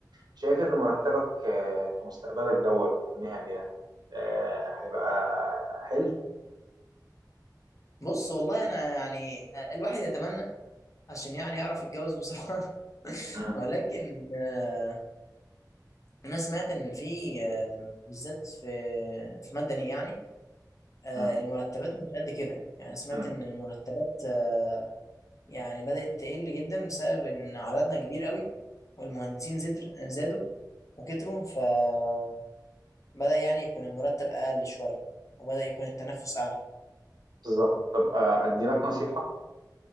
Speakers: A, on the right; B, on the left.
A: شايف إن مرتبك آه، في مستقبلك دوت المهني ده آه، هيبقى حلو
B: بص والله انا يعني آه، الواحد يتمنى عشان يعني يعرف يتجوز بسرعة <laughs>
A: مم،
B: ولكن آه، أنا سمعت إن في آه، بالذات في في مدني يعني آه،
A: مم،
B: المرتبات مش قد كده يعني سمعت
A: مم.
B: إن المرتبات آه، يعني بدأت تقل جدا بسبب إن عددنا كبير قوي والمهندسين زدر زادوا وكتروا فبدأ يعني يكون المرتب أقل شوية وبدأ يكون التنفس أعلى
A: بالظبط طب آه، أدي لك نصيحة